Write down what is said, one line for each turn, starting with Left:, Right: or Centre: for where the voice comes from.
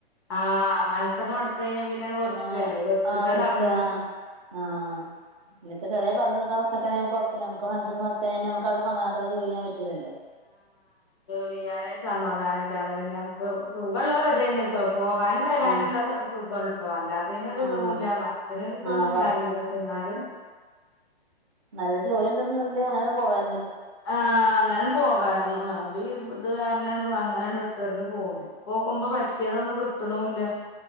Left: ആഹ് മന സെക്കെ മടുത്തു കഴിഞ്ഞാൽ പിന്നാങ്ങ് വെറുക്കല്ലേ
Right: ആഹ്
Left: വെറത്തിട്ടാണ്
Right: അവർക്ക്
Left: ഇറങ്ങും
Right: ആഹ് ആഹ് ഇനിയിപ്പ ചെറിയ പറഞ്ഞ അതക്കെ കുഴപ്പില്ല നമുക്ക് മനസ്സങ്ങട്ട് മടുത്തു കഴിഞ്ഞ നമക്ക് അവിടെ സമാധാനത്തോടെ ജോലി ചെയ്യാൻ പറ്റില്ലല്ലോ
Left: ശരിയായ സമാധാനം ഇല്ലാതെ പിന്നെ നമുക്ക് സുഖമുള്ള വജ്ജെന്നു പോകാനും വരാനുള്ള
Right: ആഹ്
Left: സുഖോള്ളുട്ടോ അല്ലാത്ത തിനൊരു
Right: ആഹ്
Left: തൊന്നുമില്ല മനസ്സിനൊരു തോന്നുംണ്ടായിരുന്നു
Right: ആഹ്
Left: പക്ഷെ എന്നാലും
Right: നല്ല ജോലി ഉണ്ടൊന്നുമില്ലെ അങ്ങനെ പോകാരുന്നു
Left: ആ അങ്ങന പോകാരുന്നു അതീ ഇരുപതുകാരനാണ് അങ്ങനാണ് ഇട്ടെറിഞ്ഞു പോന്നു പോകുമ്പം പറ്റിയതൊന്നും കിട്ടണുമില്ല